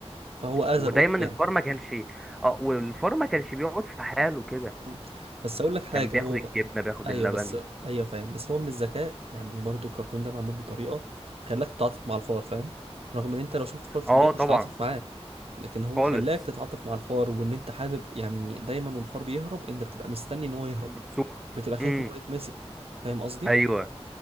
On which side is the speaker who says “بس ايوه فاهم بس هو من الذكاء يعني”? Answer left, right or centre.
Right